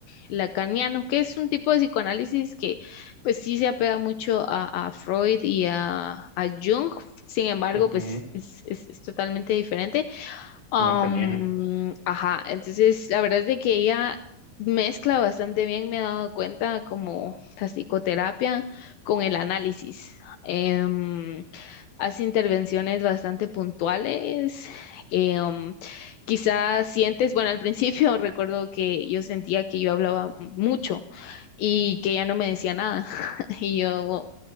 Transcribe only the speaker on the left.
lacaniano, que es un tipo de psicoanálisis que pues sí se apega mucho a, a Freud y a, a Jung, sin embargo,
pues es, es- es totalmente diferente. Am,
ajá, entonces la verdad es de que ella mezcla bastante bien, me he dado cuenta, como la psicoterapia con el análisis. Em, hace intervenciones bastante puntuales. eh, um, quizás sientes, bueno, al principio <laughs> recuerdo que yo sentía que yo hablaba mucho y que ella no me decía nada. <laughs> Y yo, wow,